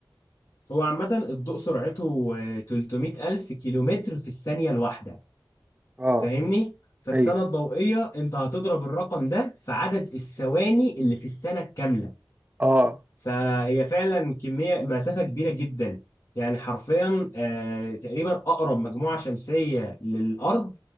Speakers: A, on the left; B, on the right.
A: هو عامة الضوء سرعته آه، 300 ألف كيلومتر في الثانية الواحدة
B: اه
A: فاهمني فالسنة
B: ايوه
A: الضوئية انت هتضرب الرقم ده في عدد الثواني اللي في السنة الكاملة
B: اه
A: فهي فعلا كمية مسافة كبيرة جدا يعني حرفيا آه تقريبا أقرب مجموعة شمسية للأرض